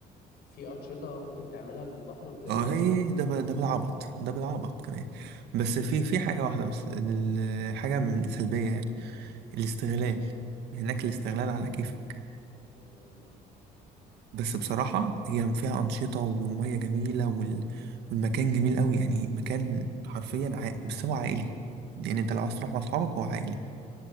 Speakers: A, on the left; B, on the right.
A: في انشطه ممكن تعملها في البحر وكده
B: اه هي ده بال- ده بالعبط ده بالعبط كمان بس في في حاجة واحدة بس الحاجة سلبية يعني الاستغلال هناك الاستغلال على كيفك
A: مم.
B: بس بصراحة هي فيها أنشطة والمية جميلة وال... والمكان جميل قوي يعني مكان حرفيا عائل. بس هو عائلي يعني انت لو عايز تروح مع اصحابك هو عائلي